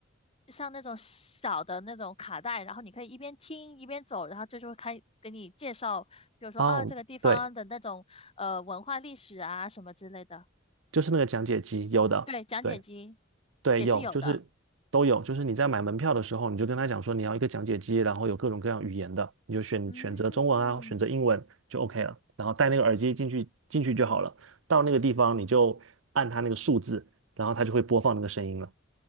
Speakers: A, on the left; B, on the right.
A: 像那种小的那种卡带，然后你可以一边听一边走，然后这就会开给你介绍，比如说啊这个地方的那种呃文化历史啊什么之类的。
B: 哦，对，就是那个讲解机，有的，
A: 对，讲解机
B: 对，对，
A: 也是有的。
B: 有，就是都有，就是你在买门票的时候，你就跟他讲说你要一个讲解机，然后有各种各样语言的，你就选选择中文啊，
A: 嗯，
B: 选择英文就 OK 了，然后戴那个耳机进去进去就好了。到那个地方你就按它那个数字，然后它就会播放那个声音了。